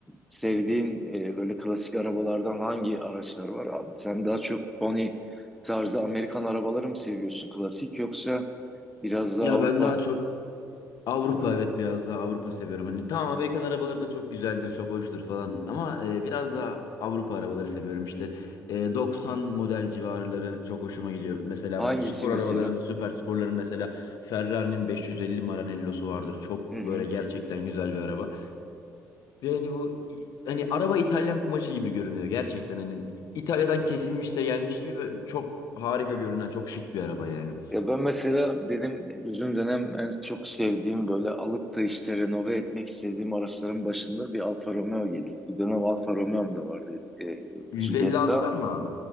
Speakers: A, in the centre; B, on the left.
A: Sevdiğin e, böyle klasik arabalardan hangi araçlar var abi? Sen daha çok Pony tarzı Amerikan arabaları mı seviyorsun klasik yoksa biraz daha
B: Ya
A: Avrupa
B: ben daha çok Avrupa
A: mı?
B: evet biraz daha Avrupa seviyorum. Hani tamam Amerikan arabaları da çok güzeldir, çok hoştur falan ama e, biraz daha Avrupa arabaları seviyorum. İşte e, 90 model civarları çok hoşuma gidiyor. Mesela
A: Hangisi
B: bu spor
A: mesela?
B: arabaların, süper sporların mesela Ferrari'nin 550 Maranello'su vardır. Çok
A: Hı hı.
B: böyle gerçekten güzel bir araba. Ve hani bu hani araba İtalyan kumaşı gibi görünüyor gerçekten hani İtalya'dan kesilmiş de gelmiş gibi ve çok harika görünen çok şık bir araba yani.
A: Ya ben mesela benim bizim dönem en çok sevdiğim böyle alıp da işte renove etmek istediğim araçların başında bir Alfa Romeo geliyordu. Bir dönem Alfa Romeo'm da vardı e,
B: 156'lar
A: Giulietta.
B: mı abi?